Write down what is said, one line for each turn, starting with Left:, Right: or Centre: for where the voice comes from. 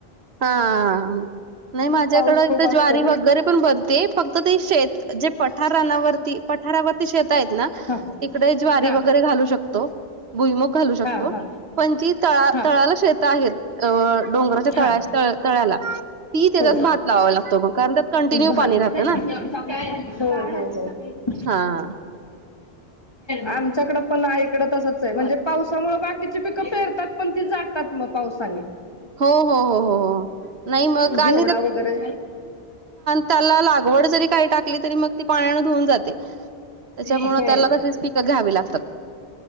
Right: हा. नाही माझ्याकड
Left: पाऊस खूप असतो
Right: ज्वारी
Left: ना
Right: वगैरे पण बनते फक्त ते शेत जे पठारणावरती पठारावर. शेत आहेत ना
Left: हा
Right: इकडे ज्वारी
Left: हा
Right: वगैरे घालू शकतो. भुईमुग घालू शकतो
Left: हा हा
Right: पण जी तळा
Left: हा
Right: तळाला शेत आहेत अ डोंगराच्या तळा.
Left: हा
Right: त तळ्याला ती त्याच्यात
Left: हो
Right: भात लावा लागतो मग कारण त्यात कंटिन्यू
Left: भात
Right: पाणी राहतं ना.
Left: हो हो हो.
Right: हा.
Left: आमच्याकडं पण आईकडं तसंच आहे म्हणजे पावसामुळे बाकीची पिकं पेरतात. पण ते जातात मग पावसान.
Right: हो हो हो हो हो नाही मग
Left: घेवडा
Right: आणि.
Left: वगैरे
Right: त्याला लागवड जरी टाकली तरी मग ती पाण्यान धुऊून जाते. त्याला
Left: हो
Right: तशीच पिकं घ्यावी लागतात